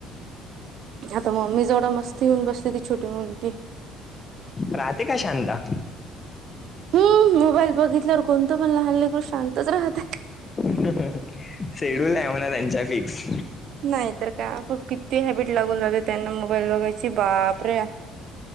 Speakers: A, on the right; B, on the left.
A: आता मम्मी जवळं मस्त येऊन बसली. ती छोटी मुलगी.
B: राहते का शांता.
A: हम्. मोबाईल बघितल्यावर कोणतं पण लहान लेकरू शांतच राहतं.
B: शेड्यूल आहे म्हणा, त्यांच फिक्स.
A: नाही तर काय, आपण किती हॅबिट लागून जाते. त्यांना मोबाईल बघायची बापरे.